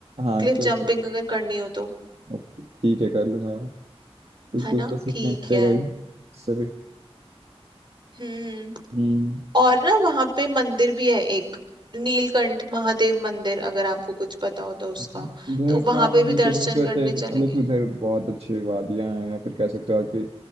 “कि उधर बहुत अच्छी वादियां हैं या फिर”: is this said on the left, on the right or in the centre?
Right